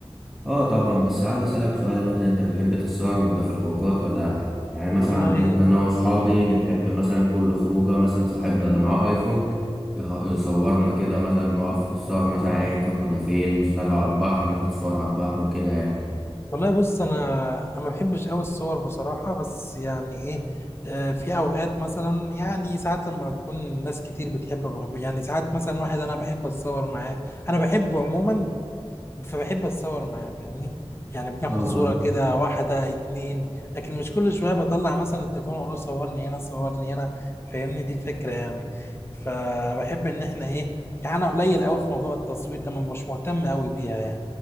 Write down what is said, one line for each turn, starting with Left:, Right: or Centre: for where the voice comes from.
Centre: اه طبعا بس عايز اسالك سؤال مثلا انت بتحب تسهر وانت في الخروجات ولا لا يعني مثلا
Left: والله
Centre: عندنا احنا انا واصحابي بنحب مثلا كل خروجه مثلا صاحبنا اللي معاه ايفون يخ- يصورنا كده مثلا نقف نتصور مثلا ايا كان كنا فين مثلا لو على البحر ناخد صور على البحر وكده يعني
Left: والله بص انا انا ما بحبش قوي الصور بصراحه بس يعني ايه آه، في اوقات مثلا يعني ساعات لما بنكون ناس كتير بتحب يعني ساعات مثلا واحد انا بحب اتصور معاه انا بحبه عموما فبحب اتصور معاه فاهمني يعني بناخد
Centre: اه
Left: صوره
Centre: فا
Left: كده واحده اتنين لكن مش كل شويه بطلع مثلا التليفون واقول له صورني هنا صورني هنا فاهمني دي الفكره يعني فبحب ان احنا ايه يعني انا قليل قوي في موضوع التصوير ده ما- مش مهتم قوي بيها يعني